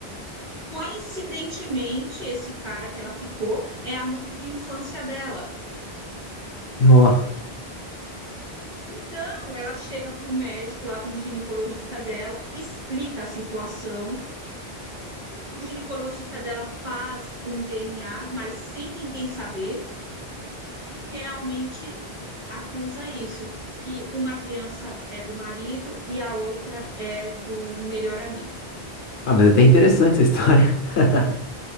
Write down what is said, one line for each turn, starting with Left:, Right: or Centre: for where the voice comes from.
Right: E coincidentemente, esse cara que ela ficou é amigo de infância dela.
Left: Nossa.
Right: Então, ela chega para o médico, lá para o ginecologista dela, explica a situação. O ginecologista dela faz um DNA, mas sem ninguém saber. e realmente acusa isso, que uma criança é do marido e a outra é do melhor amigo.
Left: Ah, mas é até interessante essa história. <laughs>